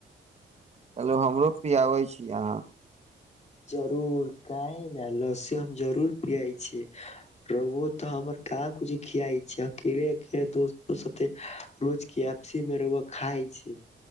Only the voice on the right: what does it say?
कहलो हमरो पियाबै छी अहाँ